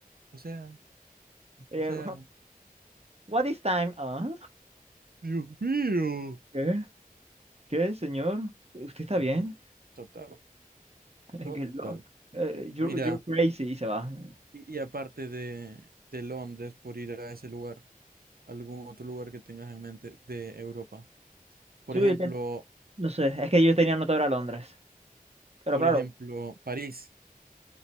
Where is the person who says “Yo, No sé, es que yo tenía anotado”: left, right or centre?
Right